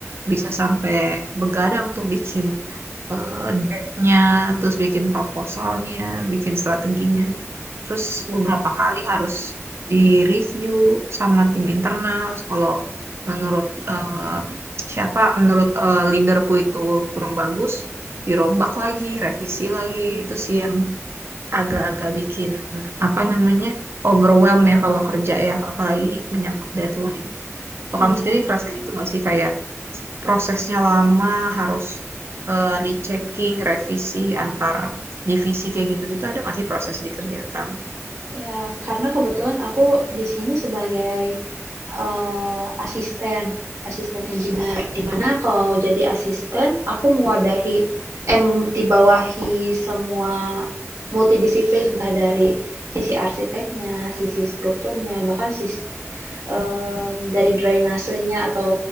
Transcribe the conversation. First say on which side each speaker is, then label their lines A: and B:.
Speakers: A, on the right; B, on the right.
A: bisa sampai begadang tuh bikin eh, deck-nya terus bikin proposalnya bikin strateginya terus beberapa kali harus di-review sama tim internal kalau menurut eh, siapa menurut eh, leaderku itu kurang bagus dirombak lagi revisi lagi itu sih yang agak-agak bikin apa namanya overwhelm ya kalau kerja ya apalagi menyangkut deadline. Kalau
B: Iya.
A: kamu sendiri ngerasa gitu nggak sih kayak prosesnya lama harus eh, rechecking revisi antar divisi kayak gitu-gitu ada nggak sih proses di kerjaan kamu?
B: Ya, karena kebetulan aku di sini sebagai eh, asisten, asisten engineer. Di mana kalau jadi asisten, aku mewadahi, em, dibawahi semua multidisiplin, entah dari sisi arsiteknya, sisi strukturnya, bahkan sis, em, dari drainasenya atau